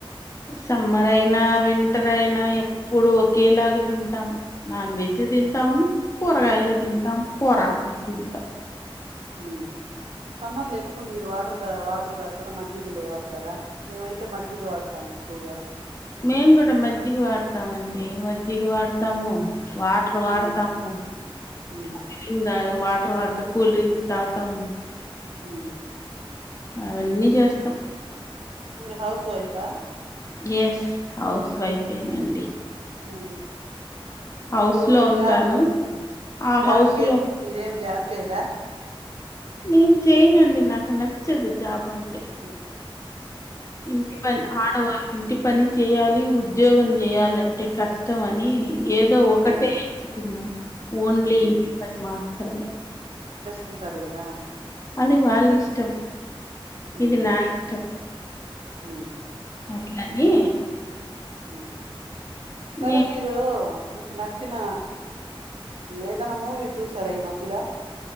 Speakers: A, on the left (about 30°); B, on the right (about 85°).
A: సమ్మర్ అయినా వింటర్ అయినా ఎప్పుడు ఒకేలాగా తింటాము. నాన్ వెజ్ తింటాము కూరగాయలు తింటాము కూర అంత తింటా
B: ఊ సమ్మర్లు ఎక్కువ మీరు వాటర్ వాటర్ తాగుతారా మజ్జిగలు వాడతారా మేమైతే మజ్జిగ వాడతాం ఎక్కువగా
A: మేము కూడా మజ్జిగ వాడతామండి మజ్జిగ వాడతాము వాటర్ వాడతాము
B: ఉమ్, ఉమ్,
A: cooling water water cool drinks తాగుతాము
B: ఉ
A: అవన్నీ చేస్తాం
B: మీరు హౌస్ వైఫా
A: యస్ హౌస్ వైఫేనండి
B: ఊ
A: హౌస్
B: ఇప్పుడు
A: లో ఉంటాను
B: జాబ్
A: ఆ
B: జాబ్కేం
A: హౌస్ లో
B: మీరేం జాబ్ చేయరా
A: నేను చేయనండి నాకు నచ్చదు జాబ్ అంట
B: అ
A: ఇంటి పని ఆడవాళ్ళు ఇంటి పని చేయాలి ఉద్యోగం చేయాలంటే కష్టం అని ఏదో ఒకటే
B: ఉమ్,
A: ఎంచుకున్నాను ఓన్లీ
B: ఉమ్.
A: ఇంటి పని మాత్రమే
B: కుంటారు కదా
A: అది వాళ్ళ ఇష్టం
B: ఉమ్,
A: ఇది నా ఇష్టం
B: ఉమ్,
A: అట్లని
B: ఉ సరే
A: నే
B: మీరు నచ్చిన ఏదన్నా మూవీ చూసారా ఈ మధ్యలో